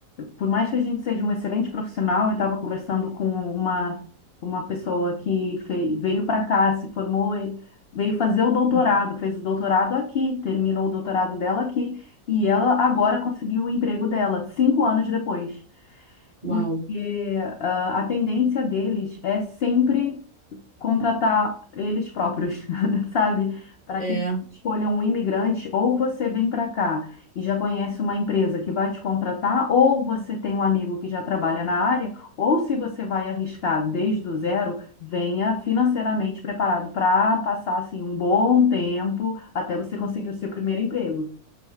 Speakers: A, on the left; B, on the right.
A: por mais que a gente seja um excelente profissional, eu estava conversando com uma, uma pessoa que fe- veio para cá, se formou, e veio fazer o doutorado,
B: Uhum.
A: fez o doutorado aqui, terminou o doutorado dela aqui, e ela agora
B: Uhum.
A: conseguiu o emprego dela, cinco anos depois
B: Uau.
A: porque ah, a tendência deles é sempre contratar eles próprios, <laughs> sabe? Para
B: É,
A: que escolham um imigrante, ou você vem para cá e já conhece uma empresa que vai te contratar, ou você tem um amigo que já trabalha na área, ou se você vai arriscar desde o zero, venha financeiramente preparado para passar assim um bom tempo até você conseguir o seu primeiro emprego.